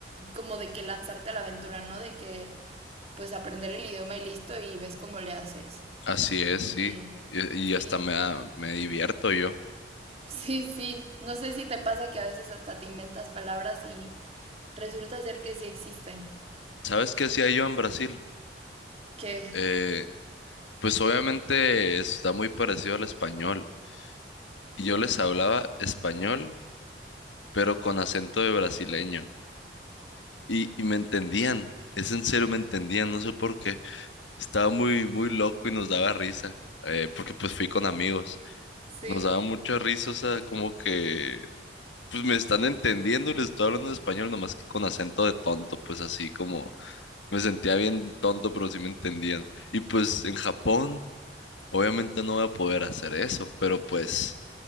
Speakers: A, on the right; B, on the left.
A: como de que lanzarte a la aventura, ¿no? De que pues aprender el idioma y listo y ves cómo le haces.
B: así es,
A: Y
B: sí. Y,
A: sí,
B: y hasta me, da- me divierto yo.
A: sí, sí. No sé si te pasa que a veces hasta te inventas palabras y resulta ser que sí existen.
B: ¿Sabes qué hacía yo en Brasil?
A: Que
B: Eh, pues obviamente está muy parecido al español. Y yo les hablaba español, pero con acento de brasileño. Y, y me entendían. Es en serio, me entendían. No sé por qué. Estaba muy, muy loco y nos daba risa. eh, porque pues fui con amigos.
A: sí.
B: Nos daba mucha risa, o sea, como que pues me están entendiendo y les estoy hablando en español, nomás que con acento de tonto, pues así como me sentía bien tonto, pero sí me entendían. Y pues en Japón, obviamente no voy a poder hacer eso, pero pues,